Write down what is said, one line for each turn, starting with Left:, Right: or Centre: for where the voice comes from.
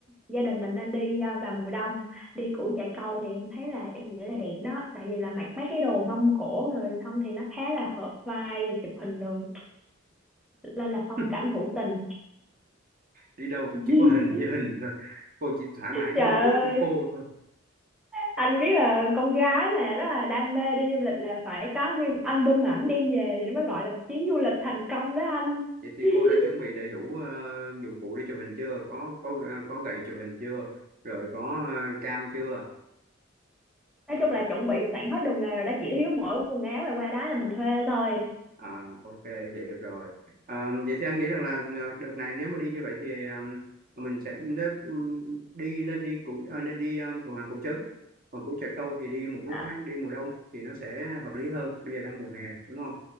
Centre: gia đình mình nên đi à, vào mùa đông đi củ Chài Câu thì em thấy là em nghĩ là đẹp đó tại vì là mặc mấy cái đồ mông cổ rồi xong thì nó khá là hợp vai chụp hình đường lên là phong
Right: <laughs>
Centre: cảnh hữu tình
Right: đi đâu cũng
Centre: <laughs>
Right: chỉ có hình với hình thôi cô chỉ thỏa mãn
Centre: trời
Right: cái mong ước
Centre: ơi
Right: của cô thôi
Centre: anh biết là con gái mà rất là đam mê đi du lịch là phải có nguyên album ảnh đem về thì nó mới gọi là một chuyến du lịch thành công đó anh
Right: vậy thì
Centre: <laughs>
Right: cô đã chuẩn bị đầy đủ ờ, dụng cụ đi chụp hình chưa có có ờ, có gậy chụp hình chưa rồi có ờ, cam chưa
Centre: nói chung là chuẩn bị sẵn hết đồ nghề rồi đó chỉ thiếu mỗi quần áo là qua đó là mình thuê thôi
Right: À, ok vậy được rồi à, vậy thì anh nghĩ rằng là à, đợt này nếu mà đi như vậy thì à, mình sẽ đế- đi nên đi củ à, nên đi à, Thuận Hoàng Cổ Trấn còn Củ Trà Câu thì đi một lúc
Centre: Đó.
Right: khác đi mùa đông thì nó sẽ hợp lý hơn bây giờ đang mùa hè đúng không